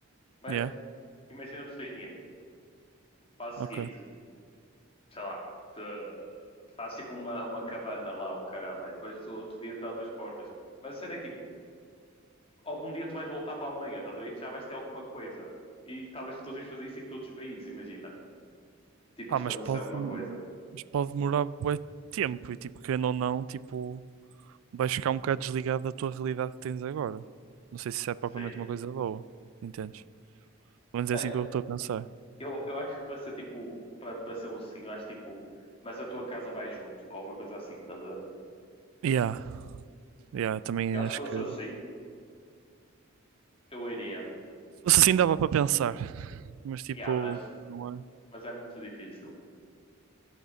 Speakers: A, on the left; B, on the right.
A: Mas
B: Yeah,
A: imagina tu tens dinheiro, faz
B: ok.
A: o seguinte, sei lá, te, faz tipo uma, uma cabana lá, o caramba, e depois o outro dia teletransportas. Mas a cena é que, tipo, algum dia tu vais voltar para a Alemanha, estás a ver? E tu já vais ter alguma coisa. E talvez tu consigas fazer isso em todos os países, imagina. Tipo,
B: Ah,
A: estabelecer
B: mas pode,
A: alguma
B: mas
A: coisa.
B: pode demorar bué tempo e tipo, querendo ou não, tipo, vais ficar um bocado desligado da tua realidade que tens agora. Não sei se isso é propriamente
A: Sim.
B: uma coisa boa, entendes? Pelo menos é
A: Olha,
B: assim que eu estou a pensar.
A: Eu, eu acho que para ser tipo, para, para ser um sim, eu acho tipo, mas a tua casa vai junto, ou alguma coisa assim, estás a ver?
B: Yeah, yeah, também
A: Eu acho
B: acho
A: que fosse
B: que
A: assim, eu iria.
B: se fosse assim dava para pensar, mas tipo,
A: Yeah, mas,
B: como não é?
A: mas é muito difícil.